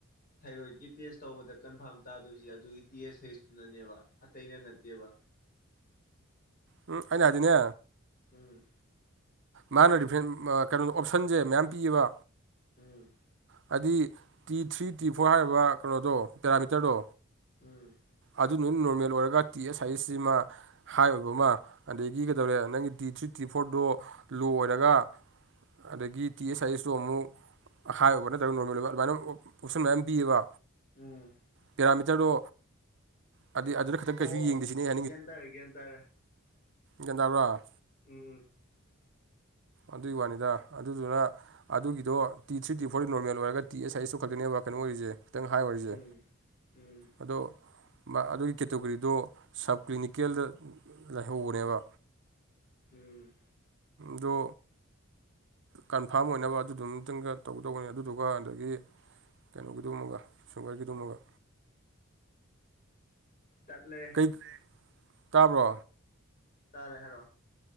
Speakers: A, on the left; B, on the right.
A: ꯊꯥꯏꯔꯣꯏꯗꯀꯤ ꯇꯦꯁ ꯇꯧꯕꯗ ꯀꯟꯐꯥꯔꯝ ꯇꯥꯗꯣꯏꯁꯦ ꯑꯗꯨꯒꯤ ꯇꯦꯁ ꯍꯩꯁꯇꯨꯅꯅꯦꯕ ꯑꯇꯩꯅ ꯅꯠꯇꯦꯕ
B: ꯎꯝ ꯑꯩꯅ ꯍꯥꯏꯗꯤꯅꯦ
A: ꯎꯝ
B: ꯃꯥꯅ ꯔꯤꯐꯟ ꯀꯩꯅꯣ ꯑꯣꯞꯁꯟꯁꯦ ꯃꯌꯥꯝ ꯄꯤꯌꯦꯕ
A: ꯎꯝ
B: ꯍꯥꯏꯗꯤ ꯇꯤ ꯊ꯭ꯔꯤ ꯇꯤ ꯐꯣꯔ ꯍꯥꯏꯔꯤꯕ ꯀꯩꯅꯣꯗꯣ ꯄꯦꯔꯥꯃꯤꯇꯔꯗꯣ
A: ꯎꯝ
B: ꯑꯗꯨ ꯅꯣꯏꯅ ꯅꯣꯔꯃꯦꯜ ꯑꯣꯏꯔꯒ ꯇꯤ ꯑꯦꯁ ꯁꯥꯏꯁꯁꯤꯃ ꯍꯥꯏ ꯑꯣꯏꯕ ꯑꯃ ꯑꯗꯒꯤ ꯀꯩꯗꯧꯔꯦ
A: ꯎꯝ
B: ꯅꯪꯒꯤ ꯇꯤ ꯊ꯭ꯔꯤ ꯇꯤ ꯐꯣꯔꯗꯣ ꯂꯣ ꯑꯣꯏꯔꯒ ꯑꯗꯒꯤ ꯇꯤ ꯑꯩꯆꯁ ꯑꯥꯏ ꯑꯦꯁꯇꯣ ꯑꯃꯨꯛ ꯑ ꯍꯥꯏꯕ ꯅꯠꯇ꯭ꯔꯒ ꯅꯣꯔꯃꯦꯜ ꯑꯣꯏꯕ ꯑꯗꯨꯃꯥꯏꯅ ꯄꯣꯞꯁꯟ ꯃꯌꯥꯝ ꯄꯤꯌꯦꯕ
A: ꯎꯝ
B: ꯄꯦꯔꯥꯃꯤꯇꯔꯗꯣ ꯑꯗꯨꯗꯤ ꯑꯗꯨꯗ ꯈꯛꯇꯪ
A: ꯑꯣ
B: ꯀꯩꯁꯨ
A: ꯑꯣ
B: ꯌꯦꯡꯗꯦ ꯁꯤꯅꯦ ꯑꯩ
A: ꯒꯌꯥꯟ ꯇꯥꯔꯦ ꯒꯌꯥꯟ ꯇꯥꯔꯦ
B: ꯒꯟꯗꯥꯕ꯭ꯔꯣ
A: ꯎꯝ ꯎꯝ
B: ꯑꯗꯨꯏ ꯋꯥꯅꯤꯗ ꯑꯗꯨꯗꯨꯅ ꯑꯗꯨꯒꯤꯗꯣ T three T four normal ꯑꯣꯏꯒ ꯇꯤ ꯑꯦꯁ ꯁꯥꯏꯖꯇꯁꯨ ꯈꯛꯇꯅꯦꯕ ꯀꯩꯅꯣ ꯑꯣꯏꯔꯤꯁꯦ ꯈꯤꯇꯪ ꯍꯥꯏ ꯑꯣꯏꯔꯤꯁꯦ
A: ꯎꯝ ꯎꯝ
B: ꯑꯗꯣ ꯑꯗꯨꯒꯤ ꯀꯦꯇꯒꯣꯔꯤꯗꯣ ꯁꯕ ꯀ꯭ꯂꯤꯅꯤꯀꯦꯜꯗ ꯂꯩꯍꯧꯕꯅꯦꯕ
A: ꯎꯝ
B: ꯗꯣ ꯀꯟꯐꯥꯔꯝ ꯑꯣꯏꯅꯕ ꯑꯗꯨꯗꯨꯃꯇꯪꯒ ꯇꯧꯒꯗꯧꯧꯕꯅꯤ ꯑꯗꯨꯗꯨꯒ ꯑꯗꯒꯤ ꯀꯩꯅꯣꯒꯤꯗꯨꯃꯒ ꯁꯣꯕꯋꯦꯔꯒꯤꯗꯨꯃꯒ
A: ꯆꯠꯂꯦ
B: ꯑꯩꯗ ꯇꯥꯕ꯭ꯔꯣ
A: ꯇꯥꯔꯦ ꯍꯥꯏꯔꯛꯑꯣ